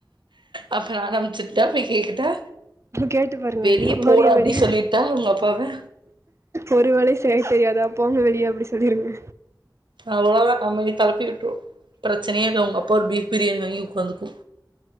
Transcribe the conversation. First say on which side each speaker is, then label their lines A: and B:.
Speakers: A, on the right; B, on the right.
A: அப்பறம் அறம் ஸ்டிக்ட்டா போய் கேக்கட்டா
B: கேட்டு பாருங்க
A: வெளிய போடா
B: ஓரிய வெளி
A: அப்டி சொல்லிட்டா உங்க அப்பாவ
B: ஒரு வேளையு செய்ய தெரியாதா போங்க வெளிய அப்டி சொல்லிருங்க
A: அவ்ளோ நம்மள கெளப்பி விட்டுரு பிரச்சனயே இல்ல உங்க அப்பா ஒரு பீஃப் பிரியாணி வாங்கி ஒக்காந்துக்கு